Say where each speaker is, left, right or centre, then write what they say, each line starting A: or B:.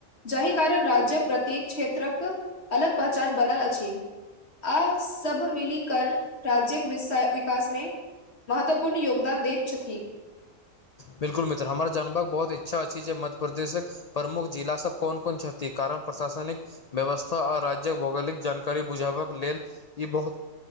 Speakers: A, on the left; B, on the left.
A: जाही कारण राज्यक प्रत्येक क्षेत्रक अलग पहचान बनल अछी। आ सब मीली कर राज्यक विषय विकास मे महत्वपूर्ण योगदान दैत छथी।
B: बिल्कुल मित्र! हमरा जानबाक बहुत इच्छा अछी, मध्य प्रदेशक प्रमुख जिला सब कोन- कोन छथी, कारण प्रशासनिक व्यवस्था आ राज्य्यक भौगोलिक जानकारी बुझाबक लेल ई बहुत